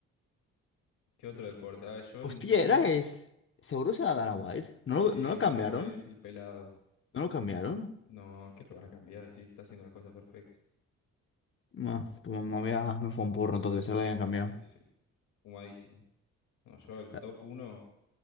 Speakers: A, on the left (about 80°); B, on the left (about 40°).
A: ¿Qué otro deporte? Ah, yo el
B: Hostia,
A: segundo.
B: era es. ¿Seguro se la Dana White? ¿No
A: Y
B: lo, no lo
A: Dana
B: cambiaron?
A: White es el pelado.
B: ¿No lo cambiaron?
A: No, ¿qué lo van a cambiar? Sí, está haciendo la cosa perfecto.
B: No, pues me, me había- me fue un porro, entonces se lo habían cambiado.
A: Sí, sí, sí. Humadísimo. No, yo el
B: Eh,
A: top uno,